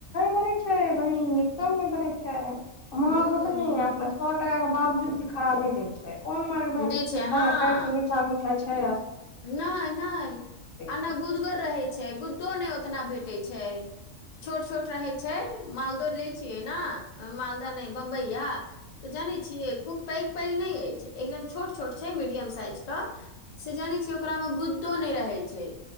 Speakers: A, on the left; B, on the left.
A: पड़ै छै वी निकम नहि पड़ै छै मह
B: हूं
A: क त ने सए टा बापजूद भी खराबे द छथि कोन मार ब
B: दै हँ
A: छै मीठा मिठाइ अच्छा
B: नहि न आना
A: छै
B: गुदगर रहे छै गुद्दो नहि कितना भेटै छै छोट छोट रहै छै मालद लै छियै ने मालदाह नहि बम्बइया तऽ जानै छिय खूब पैघ पैघ नहि अछि एकदम छोट छोट छै मीडियम साइज तऽ से जानै ओकरा मे गुद्दो नहि रहै छै